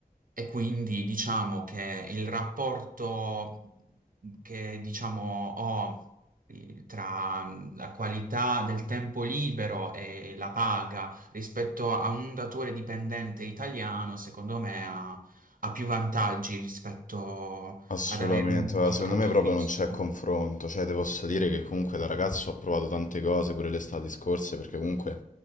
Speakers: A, on the right (about 65°); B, on the left (about 60°).
A: E quindi diciamo che il rapporto che diciamo ho eh, tra la qualità del tempo libero e la paga rispetto a un datore dipendente italiano, secondo me ha, ha più vantaggi rispetto
B: Assolutamente,
A: ad avere un
B: guarda,
A: contratto
B: secondo me proprio
A: fisso.
B: non c'è confronto, cioè te posso dire che comunque da ragazzo ho provato tante cose pure le estati scorse perché comunque,